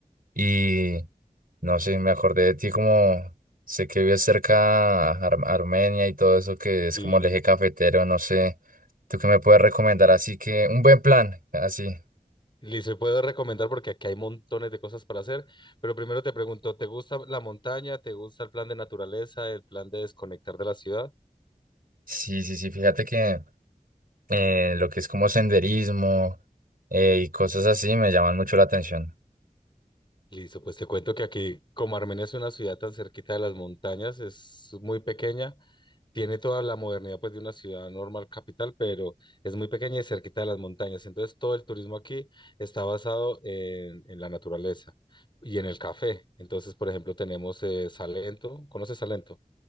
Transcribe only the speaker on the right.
Y
no sé, me acordé de ti como sé que vives cerca a Ar- Armenia y todo eso que es
como el eje cafetero, no sé. ¿Tú qué me puedes recomendar? Así que un buen plan, así.
Sí, sí, sí, fíjate que eh, lo que es como senderismo eh, y cosas así me llaman mucho la atención.